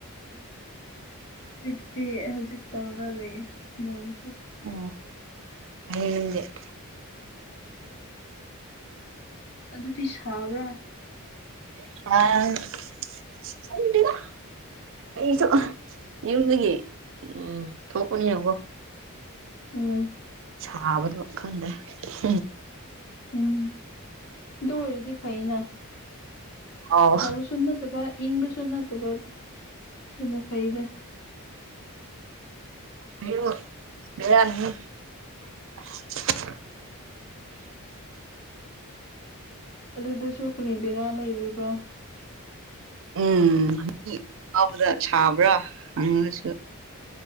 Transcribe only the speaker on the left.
ꯎ <unintelligible> ꯍꯧꯗꯤ ꯍꯧꯖꯤꯛ ꯇꯥꯒ ꯂꯩ ꯅꯣꯡꯁꯤ
ꯑꯗꯨꯗꯤ ꯁꯥꯎ꯭ꯔꯥ
ꯎꯝ
ꯎꯝ ꯑꯗꯨ ꯑꯣꯏꯔꯗꯤ ꯐꯩꯅ
ꯁꯥꯕꯁꯨ ꯅꯠꯇꯕ ꯏꯪꯕꯁꯨ ꯅꯠꯇꯕꯗ ꯑꯗꯨꯅ ꯐꯩꯗꯦ
ꯑꯗꯨꯗꯁꯨ ꯀꯔꯤꯕꯔꯥ ꯂꯩꯔꯤꯕ꯭ꯔꯥ